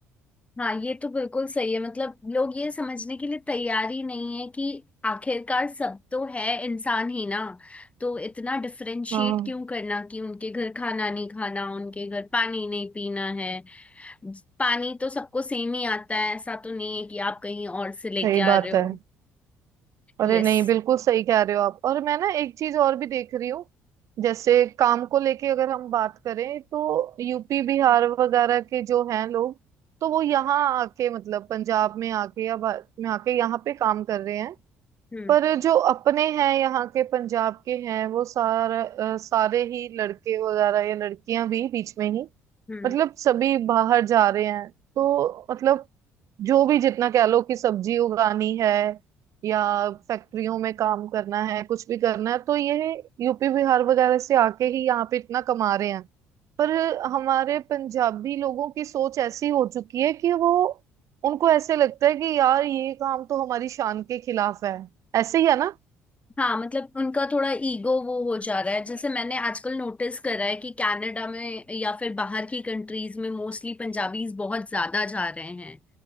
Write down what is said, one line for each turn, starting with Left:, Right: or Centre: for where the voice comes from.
Left: हाँ ये तो बिल्कुल सही है मतलब लोग ये समझने के लिए तैयार ही नहीं है कि आखिरकार सब तो है इंसान ही ना तो इतना डिफरेंशिएट
Right: हाँ
Left: क्यों करना कि उनके घर खाना नहीं खाना उनके घर पानी नहीं पीना है पानी तो सबको सेम ही आता है ऐसा तो नहीं है कि आप कहीं और से लेके
Right: सही
Left: आ
Right: बात
Left: रहे हो
Right: है अरे
Left: यस
Right: नहीं बिल्कुल सही कह रहे हो आप और मैं ना एक चीज और भी देख रही हूँ जैसे काम को लेके अगर हम बात करें तो यूपी बिहार वगैरह के जो हैं लोग तो वो यहाँ आके मतलब पंजाब में आके या भारत में आके यहाँ पे काम कर रहे हैं
Left: हम्म
Right: पर जो अपने हैं यहाँ के पंजाब के हैं वो सारा अ, सारे ही लड़के वगैरह या लड़कियां भी बीच में ही
Left: हम्म।
Right: मतलब सभी बाहर जा रहे हैं तो मतलब जो भी जितना कह लो कि सब्जी उगानी है या फैक्ट्रियों में काम करना है कुछ भी करना है तो ये यूपी बिहार वगैरह से आके ही यहाँ पे इतना कमा रहे हैं पर हमारे पंजाबी लोगों की सोच ऐसी हो चुकी है कि वो उनको ऐसे लगता है कि यार ये काम तो हमारी शान के खिलाफ है ऐसे ही है ना
Left: हाँ मतलब उनका थोड़ा ईगो वो हो जा रहा है जैसे मैंने आजकल नोटिस करा है कि कनाडा में या फिर बाहर की कंट्रीज में मोस्टली पंजाबीज बहुत ज्यादा जा रहे हैं